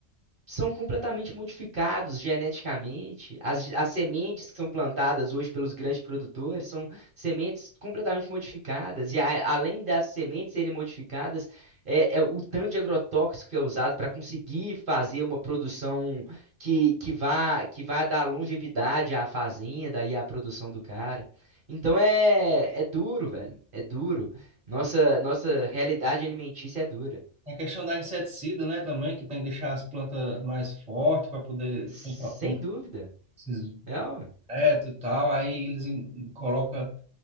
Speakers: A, on the right; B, in the centre.
A: são completamente modificados geneticamente. As, as sementes que são plantadas hoje pelos grandes produtores são sementes completamente modificadas. E a- além das sementes serem modificadas, é, é o tanto de agrotóxico que é usado para conseguir fazer uma produção que, que vá, que vá dar longevidade à fazenda e à produção do cara. Então é, é duro, velho. É duro. Nossa, nossa realidade alimentícia é dura.
B: É A questão da inseticida, né, também, que tem que deixar as plantas mais fortes para poder
A: Sem
B: combater
A: dúvida.
B: esses
A: É, ó.
B: insetos e tal. Aí eles em- colocam.